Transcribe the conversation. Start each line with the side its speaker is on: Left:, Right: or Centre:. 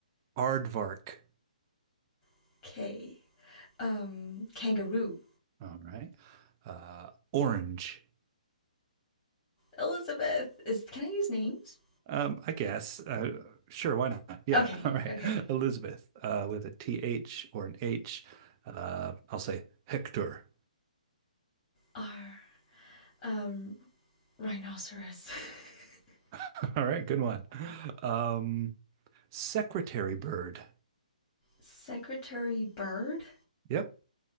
Right: Aardvark.
Left: <laughs> K. Um, kangaroo.
Right: All right. Uh, orange.
Left: Elizabeth. Is can I use names?
Right: Um, I guess. Uh, sure, why not? Yeah.
Left: Okay,
Right: <laughs> All right.
Left: okay.
Right: Elizabeth, uh, with a T H or an H. Uh, I'll say Hector.
Left: R. Um, Rhinoceros. <laughs>
Right: <laughs> All right, good one. Um, secretary bird.
Left: Secretary Bird.
Right: Yep.